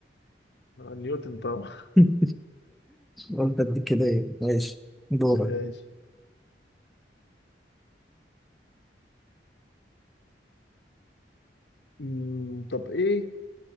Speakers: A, on the left; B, in the centre.
A: آه، نيوتن طبعا
B: <laughs> قلت اديك كده ايه ماشي دورك
A: <laughs> ماشي مم، طب إيه